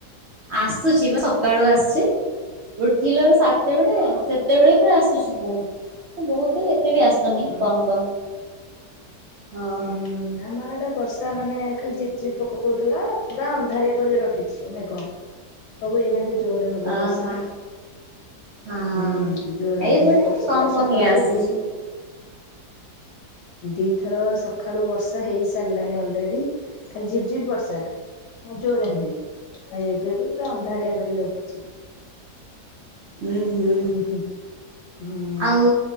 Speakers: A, on the right (about 60°); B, on the left (about 80°).
A: ଆସୁଛି ବା ସକାଳୁ ଆସୁଛି। ଉଠିଲୁ ଏବେ ସାତଟା ବେଳେ ସେତେବେଳେ ପୁରା ଆସୁଛି ବହୁତ ବହୁତ କଲେ ଏତେ ବି ଆସ ସୁନି
B: ଉଁ
A: କମ୍ କମ୍ ହଁ।
B: ହୁଁ ଆମ ଆଡ଼େ ବର୍ଷା ମାନେ ଖାଲି ଝିପ୍ ଝିପ୍ ପକଉଥିଲା ପୁରା ଅନ୍ଧାରିଆ କରିକି ରଖିଛି ମେଘ ସବୁ ଏଇନାକେ ହେବ ଜୋରରେ
A: ଓହୋ
B: ବର୍ଷା।
A: ହଁ
B: ହୁଁ ଯୋରେ
A: ଏଇପଟେ
B: ଅନ୍ଧାରିଆ କରିଛି
A: କମ
B: ଆଉ
A: କମ
B: ସକାଳୁ
A: ଇଏ ଆସୁଛି।
B: ବି ଦି ଦିଥର ସଖାଳୁ ବର୍ଷା ହେଇ ସାରିଲାଣି ଅଲରେଡି ଖାଲି ଝିପ୍ ଝିପ୍ ବର୍ଷା। ଆଉ ଜୋରେ ନୁହେଁ ଆଉ ଏବେ ବି ପୁରା ଅନ୍ଧାରିଆ କରିକି ରଖିଛି।
A: ହୁଁ ହୁଁ।
B: ଉଁ ହୁଁ ହୁଁ
A: ଆଉ